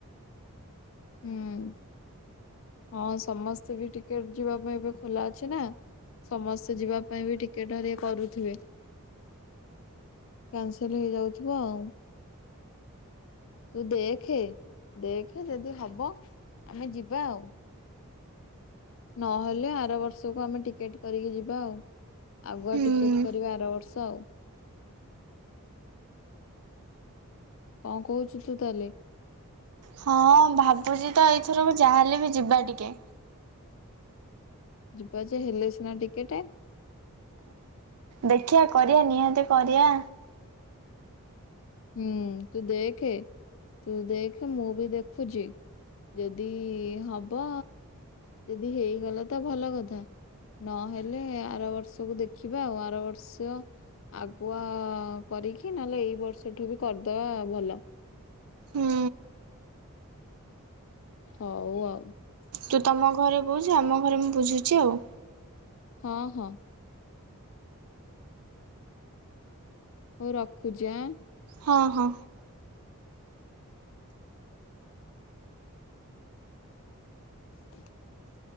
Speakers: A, on the left (about 60°); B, on the right (about 85°).
A: ହୁଁ ହଁ ସମସ୍ତେ ବି ଟିକେଟ ଯିବା ପାଇଁ ଏବେ ଖୋଲା ଅଛି ନା ସମସ୍ତେ ଯିବା ପାଇଁ ବି ଟିକେଟ କରୁଥିବେ କାନସଲ ହେଇଯାଉଥିବ ଆଉ ତୁ ଦେଖେ ଦେଖେ ଯଦି ହବ ଆମେ ଯିବା ଆଉ। ନହେଲେ ଆର ବର୍ଷକୁ ଆମେ ଟିକେଟ କରିକି ଯିବା ଆଉ ଆଗୁଆ
B: ହୁଁ।
A: ଟିକେଟ କରିବା ଆର ବର୍ଷ ଆଉ। କଣ କହୁଛୁ ତୁ ତାହଲେ?
B: ହଁ ଭାବୁଛି ତ ଏଇଥରକୁ ଯାହାହେଲେ ବି ଯିବା ଟିକେ
A: ଯିବା ଯେ ହେଲେ ସିନା ଟିକେଟେ
B: ଦେଖିବା କରିବାଆ ନିହାତି କରିଆ
A: ହୁଁ ତୁ ଦେଖ ତୁ ଦେଖ ମୁଁ ବି ଦେଖୁଛି ଯଦି ହବ ଯଦି ହେଇଗଲା ତ ଭଲ କଥା ନହେଲେ ଆର ବର୍ଷକୁ ଦେଖିବା ଆଉ ଆର ବର୍ଷ ଆଗୁଆ କରିକି ନହେଲେ ଏଇ ବର୍ଷ ସେଠୁ ବି କରିଦବା ଭଲ
B: ହୁଁ
A: ହଉ ଆଉ
B: ତୁ ତମ ଘରେ ବୁଝୁ ଆମ ଘରେ ମୁଁ ବୁଝୁଛି ଆଉ
A: ହଁ ହଁ ହଉ ରଖୁଛି ଆଁ
B: ହଁ ହଁ
A: <unintelligible>